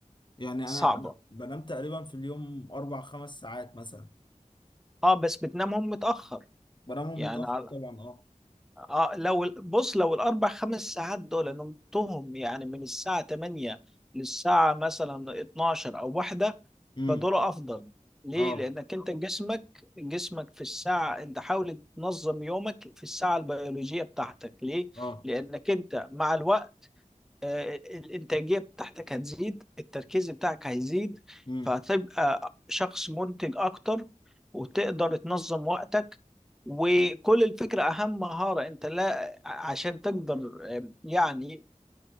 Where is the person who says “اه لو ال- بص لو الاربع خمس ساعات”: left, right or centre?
Centre